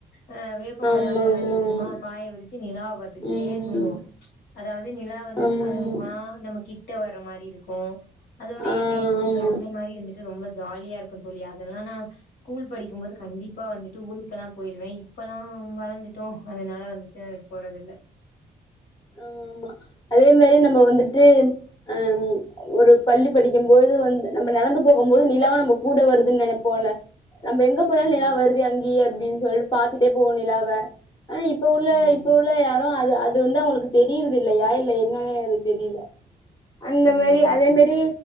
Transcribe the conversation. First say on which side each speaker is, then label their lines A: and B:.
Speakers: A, on the left; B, on the left.
A: ஆஹ் வேப்ப
B: ஆமா
A: மரம் அந்த மாதிரி இருக்குமா
B: ஆமா ஆமா
A: பாய விரிச்சு நிலாவை பாத்துக்கிட்டே
B: ம்
A: தூங்குவோம் அதாவது நிலா வந்துட்டு
B: ஆமாமா
A: கொஞ்சம் கொஞ்சமா நம்ம கிட்ட வற மாரி இருக்கும் அதோடையே
B: ஆ
A: பேசிவிட்டு
B: ஆமா
A: அந்த மாரி வந்துட்டு ரொம்ப ஜாலியா இருக்கும் தோழி அதெல்லானா ஸ்கூல் படிக்கும்போது கண்டிப்பா வந்துட்டு ஊருக்கெல்லாம் இப்பல்லாம் வளர்ந்துட்டோம் அதனால வந்துட்டு போறத இல்ல
B: ஆஹ் ஆமா அதே மாரி நம்ம வந்துட்டு அஹ் ஒரு பள்ளி படிக்கும்போது வந்து நம்ம நடந்து போக போது நிலாவும் நம்ம கூட வருதுன்னு நினைப்போல நம்ம எங்க போனாலும்
A: ம்.
B: நிலா எல்லாம் வருது அங்கேய அப்படின்னு சொல்லிட்டு பாத்துட்டே போகும்நிலாவ ஆனா இப்ப உள்ள
A: ம்.
B: இப்ப உள்ள யாரும் அது வந்து அவங்களுக்கு தெரியுது இல்ல யா இல்ல என்னன்னே அது தெரியல அந்த
A: ம்.
B: மாதிரி
A: ம்.
B: அதே மாரி